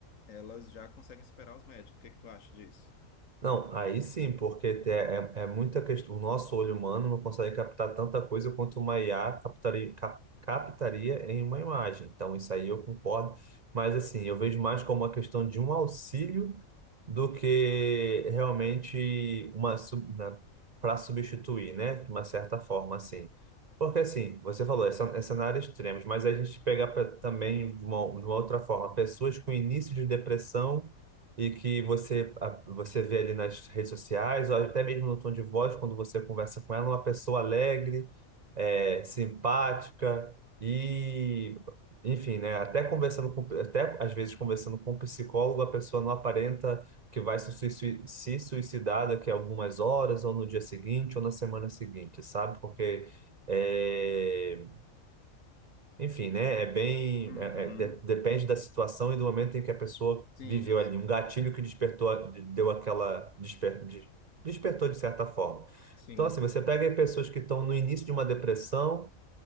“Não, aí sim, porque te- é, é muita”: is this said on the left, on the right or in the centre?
Right